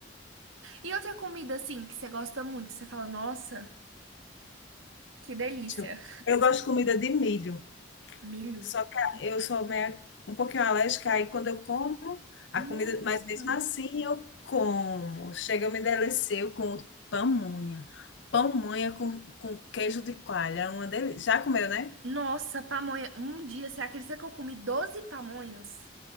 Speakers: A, on the right (about 85°); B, on the left (about 65°).
A: E outra comida, assim, que você gosta muito, que você fala, nossa, que delícia.
B: Deixa Eu eu gosto de comida de milho.
A: Milho.
B: Só que eu sou meio, um pouquinho alérgica, aí quando eu como a
A: Nossa.
B: comida, mas mesmo assim eu como. Chega, eu me deleceu com pamonha. Pamonha com, com queijo de coalha, é uma delícia. Já comeu, né?
A: Nossa, pamonha. Um dia, você acredita que eu comi 12 pamonhas?